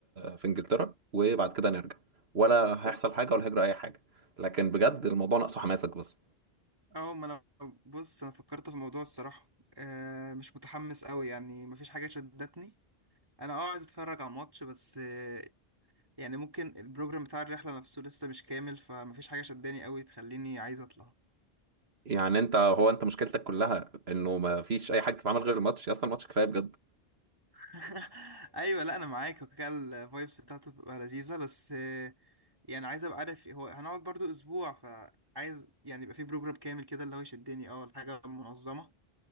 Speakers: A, on the right; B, on the right.
A: في انجلترا وبعد كده نرجع ولا هيحصل حاجة ولا هيجرى اي حاجة لكن بجد الموضوع ناقصه حماسك بس
B: اه ما انا بص انا فكرت في الموضوع الصراحه آه مش متحمس قوي يعني مفيش حاجه شدتني انا اه عايز اتفرج على الماتش بس آه يعني ممكن البروجرام بتاع الرحله نفسه لسه مش كامل فمفيش حاجه شداني قوي تخليني عايز اطلع
A: يعني انت هو انت مشكلتك كلها انه ما فيش اي حاجة تتعمل غير الماتش يا اسطى الماتش كفاية بجد
B: <laughs> ايوه لا انا معاك وكده الفايبس بتاعته بتبقى لذيذه بس آه يعني عايز ابقى عارف هو هنقعد برضو اسبوع فعايز يعني يبقى في بروجرام كامل كده اللي هو يشدني اه الحاجه منظمه